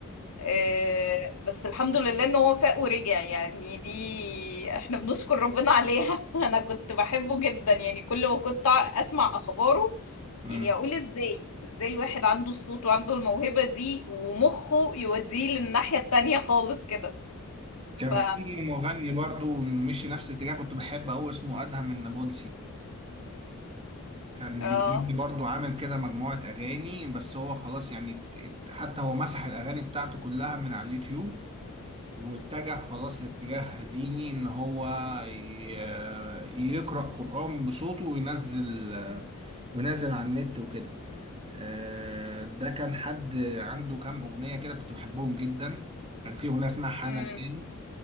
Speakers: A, on the left (about 85°); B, on the right (about 25°).
A: آه، بس الحمد لله ان هو فاق ورجع يعني دي احنا بنشكر ربنا عليها <laughs> انا كنت بحبه جدا يعني كل ما كنت اسمع اخباره
B: امم
A: يعني اقول ازاي ازاي واحد عنده الصوت وعنده الموهبة دي ومخه يوديه للناحية التانية خالص كده
B: كان
A: ف
B: في مغني برضو مشي نفس الاتجاه كنت بحبه أوي اسمه أدهم النابلسي كان
A: اه
B: بيغني برضو عامل كده مجموعة أغاني بس هو خلاص يعني ات- ات- حتى هو مسح الأغاني بتاعته كلها من على اليوتيوب واتجه خلاص لاتجاه ديني إن هو ي- يقرأ قرآن بصوته وينزل وينزل على النت وكده آه، ده كان حد عنده كام أغنية كده كنت بحبهم جدا كان في أغنية اسمها حان
A: امم
B: الآن